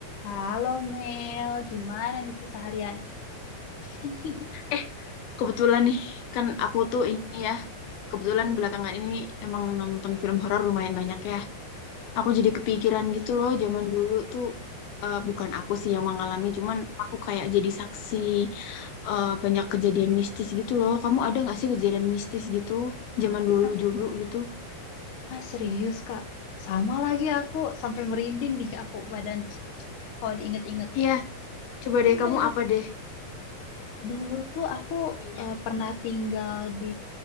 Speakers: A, on the left; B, on the left.
A: Halo Mel, gimana nih keseharian? <laughs>
B: Eh, kebetulan nih, kan aku tuh ini ya, kebetulan belakangan ini emang nonton film horor lumayan banyak ya. Aku jadi
A: Hmm.
B: kepikiran gitu loh, zaman dulu tuh eh, bukan aku sih yang mengalami, cuman aku kayak jadi saksi eh, banyak kejadian mistis gitu loh. Kamu ada nggak sih kejadian mistis gitu zaman dulu
A: Ah,
B: dulu gitu?
A: ah, serius Kak, sama lagi aku sampai merinding di aku badan kalau diinget-inget.
B: Iya, coba
A: Iya,
B: deh kamu apa deh
A: dulu tuh aku
B: ininya?
A: eh, pernah tinggal di